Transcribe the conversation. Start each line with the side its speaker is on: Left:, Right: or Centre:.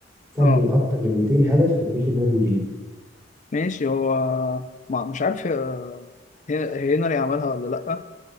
Right: سجل
Left: اه
Right: اكتر من 200 هدف في تاريخ الدوري الانجليزي
Left: ماشي هو ما مش عارف هي- هنري عملها ولا لا